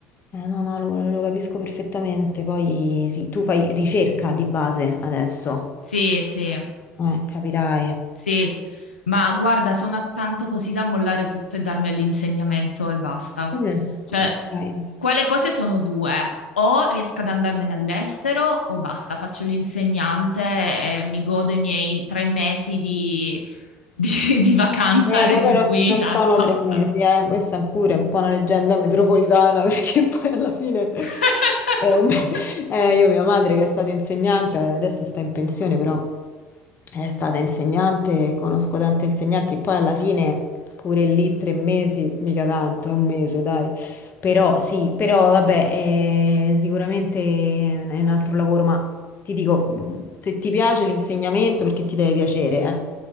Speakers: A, on the left (about 30°); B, on the left (about 80°).
A: Eh, no, no, lo, lo capisco perfettamente. Poi sì, tu fai ricerca di base adesso,
B: Sì, sì.
A: eh, capirai.
B: Sì, ma guarda, sono attanto così da mollare tutto e darmi all'insegnamento e basta.
A: Mm.
B: Cioè,
A: Ok.
B: quelle cose sono due. O riesco ad andarmene all'estero o basta, faccio l'insegnante e mi godo i miei tre mesi di, <laughs> di- di vacanza
A: Eh,
B: retribuita
A: ma poi non, non sono
B: e basta.
A: tre mesi, eh. Questa è pure un po' una leggenda metropolitana <laughs> perché poi alla fine
B: <laughs>
A: è un me- eh, io, mia madre che è stata insegnante, adesso sta in pensione, però è stata insegnante, conosco tanti insegnanti, poi alla fine pure lì tre mesi, mica tanto, è un mese, dai. Però sì, però vabbè, eh, sicuramente è un è un altro lavoro, ma... Ti dico, mm, se ti piace l'insegnamento, perché ti deve piacere, eh?